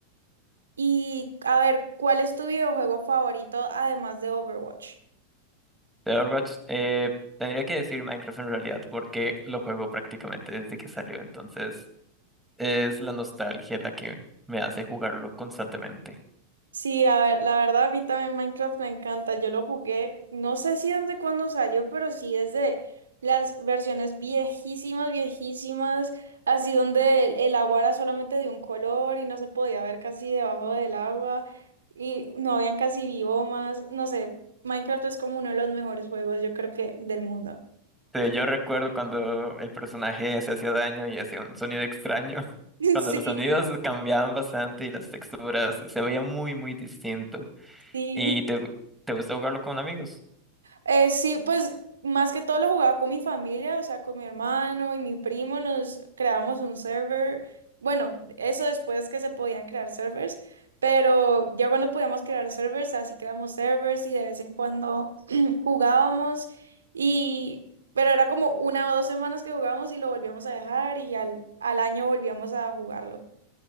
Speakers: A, on the right; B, in the centre.
A: Y a ver, ¿cuál es tu videojuego favorito además de Overwatch?
B: De Overwatch, eh, tendría que decir Minecraft en realidad, porque lo juego prácticamente desde que salió. Entonces, es la nostalgia la que me hace jugarlo constantemente.
A: Sí, a ver, la verdad a mí también Minecraft me encanta. Yo lo jugué, no sé si desde cuándo salió, pero sí desde las versiones viejísimas, viejísimas, así donde el, el agua era solamente de un color y no se podía ver casi debajo del agua y no habían casi biomas. No sé, Minecraft es como uno de los mejores juegos, yo creo que del mundo.
B: Sí, yo recuerdo cuando el personaje se hacía daño y hacía un sonido extraño. <laughs>
A: <laughs>
B: Cuando
A: Sí,
B: los sonidos cambiaban bastante y las texturas se veía muy, muy distinto.
A: sí.
B: ¿Y te, te gusta jugarlo con amigos?
A: Eh, sí, pues más que todo lo jugaba con mi familia, o sea, con mi hermano y mi primo, nos creamos un server. Bueno, eso después que se podían crear servers, pero ya cuando podíamos crear servers, así creamos servers y de vez en cuando <clears throat> jugábamos y... Pero era como una o dos semanas que jugábamos y lo volvíamos a dejar y al, al año volvíamos a jugarlo.